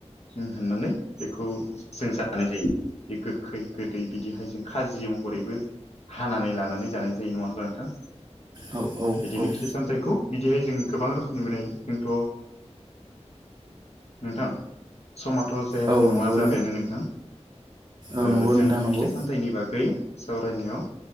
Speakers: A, on the left (about 65°); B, on the right (about 35°).
A: जों हाननानै बेखौ जों जानाय जायो बे गोखै गोदै बिदिहाय जों खाजि महरैबो हानानै लानानै जानाय जायो नङा होनबा नोंथां?
B: औ औ
A: बिदिनो
B: औ
A: फिथाइ सामथायाइखौ बिदिहाय जों गोबां रोखोमनि मोनाय जोंथ नोंथां समथ जायाखै
B: औ
A: नङा
B: नंगौ
A: जाबायानो नोंथां ओ
B: औ नंगौ
A: जोंथ
B: नोंथां नंगौ
A: फिथाइ सामथाइनि बागै सावरायनायाव